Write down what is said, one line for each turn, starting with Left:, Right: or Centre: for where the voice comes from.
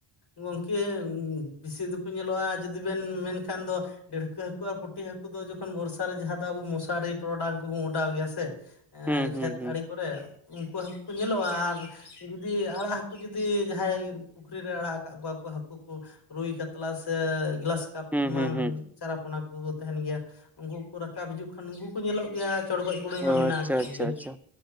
Left: ᱜᱚᱢᱠᱮ ᱵᱮᱥᱤ ᱫᱚ ᱠᱚ ᱧᱮᱞᱚᱜᱼᱟ ᱡᱩᱫᱤ ᱵᱮᱱ ᱢᱮᱱᱠᱷᱟᱱ ᱫᱚᱼᱼ ᱰᱟᱹᱲᱠᱟᱹ ᱦᱟᱹᱠᱩ ᱟᱨ ᱯᱩᱴᱤ ᱦᱟᱹᱠᱩ ᱫᱚ ᱡᱚᱠᱷᱚᱱ ᱵᱚᱨᱥᱟ ᱨᱮ ᱡᱟᱦᱟᱸ ᱫᱚ ᱟᱵᱚ ᱢᱚᱥᱟᱨᱤᱼᱼ ᱴᱚᱨᱚᱰᱟᱝ ᱠᱚᱵᱚᱱ ᱚᱰᱟᱣ ᱜᱮᱭᱟ ᱥᱮ
Centre: ᱦᱩᱸ
Left: ᱠᱷᱮᱛ
Centre: ᱦᱩᱸ ᱦᱩᱸ
Left: ᱟᱲᱮ ᱠᱚᱨᱮ ᱩᱱᱠᱩ ᱦᱟᱹᱠᱩ ᱠᱚ ᱧᱮᱞᱚᱜᱼᱟ ᱟᱨᱼᱼ ᱡᱩᱫᱤ ᱟᱲᱟᱜ ᱦᱟᱹᱠᱩ ᱡᱩᱫᱤ ᱡᱟᱦᱟᱸᱭ ᱯᱩᱠᱷᱨᱤ ᱨᱮ ᱟᱲᱟᱜ ᱟᱠᱟᱫ ᱠᱚᱣᱟ ᱠᱚ ᱦᱟᱹᱠᱩ ᱠᱚᱼᱼ ᱨᱩᱭ ᱠᱟᱛᱞᱟ ᱥᱮ ᱜᱞᱟᱥ ᱠᱟᱯ
Centre: ᱦᱩᱸ
Left: ᱮᱢᱟᱱ
Centre: ᱦᱩᱸ ᱦᱩᱸ
Left: ᱪᱟᱨᱟᱯᱚᱱᱟ ᱠᱚ ᱠᱚ ᱛᱟᱦᱮᱸᱱ ᱜᱮᱭᱟᱼᱼ ᱩᱱᱠᱩ ᱠᱚ ᱠᱚ ᱨᱟᱠᱟᱵ ᱦᱤᱡᱩᱜ ᱠᱷᱟᱱ ᱩᱱᱠᱩ ᱠᱚ ᱧᱮᱞᱚᱜ ᱜᱮᱭᱟ ᱪᱚᱲᱜᱚᱡ ᱜᱳᱲᱳᱭ ᱢᱟ
Centre: ᱚ
Left: ᱢᱮᱱᱟᱜ
Centre: ᱟᱪᱪᱷᱟ
Left: ᱟᱠᱟᱫ ᱠᱚ
Centre: ᱟᱪᱪᱷᱟ
Left: ᱜᱮ᱾
Centre: ᱟᱪᱪᱷᱟ